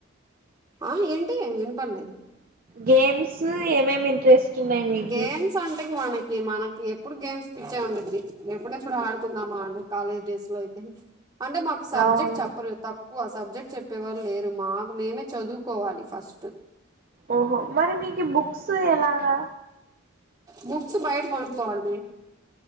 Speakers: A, on the right; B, on the right.
A: ఆ ఏంటి వినపలేదు
B: గేమ్స్ ఏమేమి ఇంట్రెస్ట్ ఉన్నాయి మీకి
A: గేమ్స్ అంటే ఇంకా మనకి మనకి ఎప్పుడు గేమ్స్ పిచ్చే ఉండీద్ది ఎప్పుడెప్పుడు ఆడుకో కుందమా అనీ కాలేజ్ డేస్ లో అయితే అంటే మాకు సబ్జెక్ట్
B: అవును
A: చెప్పరు తక్క క్కువ సబ్జెక్ట్ చెప్పే వాళ్ళు లేరు మాకు మేమే చదువుకోవాలి ఫస్ట్
B: ఓహో మరి మీకు బుక్స్ ఎలాగా
A: బుక్స్ బయట కొనుకోవాలి